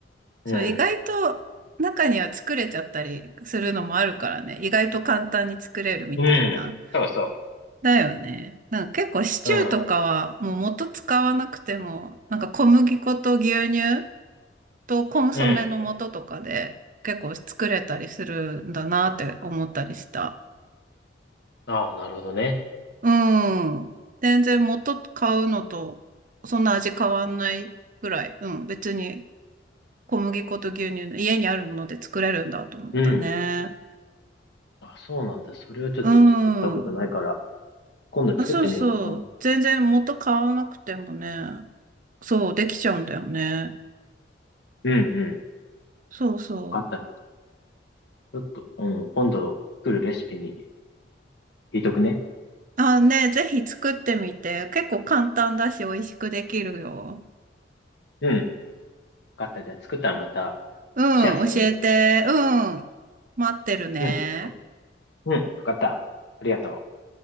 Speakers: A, on the right (about 45°); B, on the left (about 65°).
A: そう、
B: うん。
A: 意外と中には作れちゃったりするのもあるからね。意外と簡単に作れるみたいな。
B: うん。そうそ
A: だよね。なんか結構シチューとかはもう元使わなくても、
B: う。うん。
A: なんか小麦粉と牛乳とコンソメの素とかで結構作れたりするんだなって思ったりした。
B: うん。ああ、なるほどね。
A: うん。全然元買うのとそんな味変わんないぐらい。うん。別に小麦粉と牛乳の家にあるもので作れるんだと思ったね。
B: うん。あ、そうなんだ。それをちょっと作ったことないから、
A: うん。
B: 今度作ってみようかな。
A: あ、そうそう。全然元買わなくてもね。そう、できちゃうんだよね。
B: うんうん。
A: そうそう。
B: わかった。ちょっと、うん、今度作るレシピに入れとくね。
A: あ、ね、ぜひ作ってみて。結構簡単だし、美味しくできるよ。
B: うん。わかった。じゃあ作ったらまた
A: うん、
B: シェアするね。
A: 教えて。うん。待ってるね。
B: うん。うん、わかった。ありがとう。